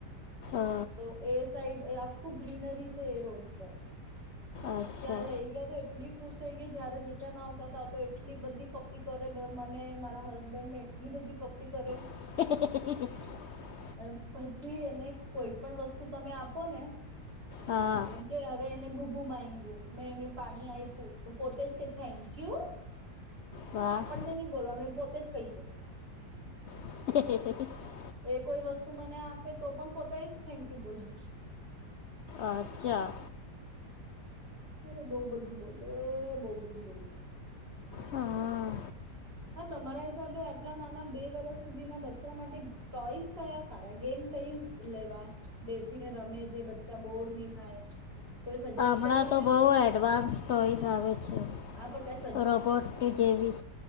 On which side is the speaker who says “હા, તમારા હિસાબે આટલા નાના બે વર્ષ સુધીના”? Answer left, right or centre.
Right